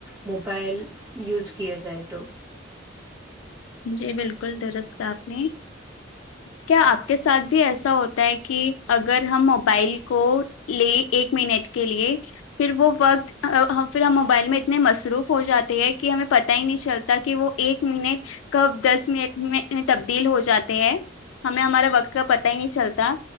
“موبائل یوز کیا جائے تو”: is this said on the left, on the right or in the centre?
Right